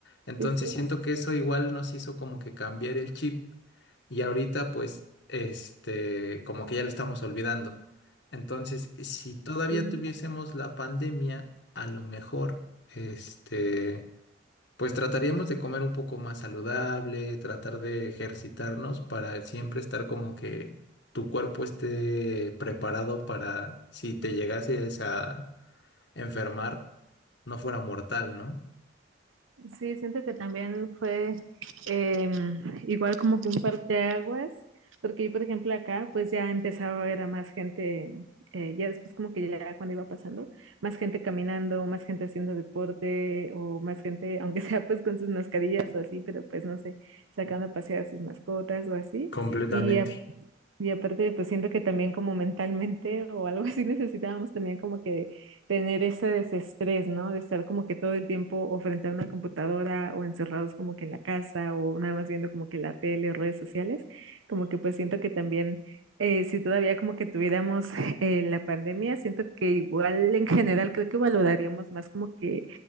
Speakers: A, on the left; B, on the right.
A: Entonces
B: Sí, sí.
A: siento que eso igual nos hizo como que cambiar el chip y ahorita pues este, como que ya lo estamos olvidando. Entonces, si todavía
B: Sí,
A: tuviésemos la pandemia, a lo mejor este pues trataríamos de comer un poco más saludable, tratar de ejercitarnos para siempre estar como que tu cuerpo esté preparado para si te llegases a enfermar, no fuera mortal, ¿no?
B: Sí, siento que también fue em, igual como que un parteaguas, porque yo, por ejemplo, acá pues ya empezaba a ver a más gente, eh, ya después como que ya cuando iba pasando, más gente caminando, más gente haciendo deporte o más gente, <laughs> aunque sea pues con sus mascarillas o así, pero pues no sé, sacando a pasear a sus mascotas o así.
A: Completamente.
B: Y Y aparte, pues siento que también como mentalmente <laughs> o algo así necesitábamos también como que tener ese desestrés, ¿no? De estar como que todo el tiempo o frente a una computadora o encerrados como que en la casa o nada más viendo como que la tele o redes sociales, como que pues siento que también eh, si todavía como que tuviéramos <laughs> eh, la pandemia, siento que igual en general creo que valoraríamos más como que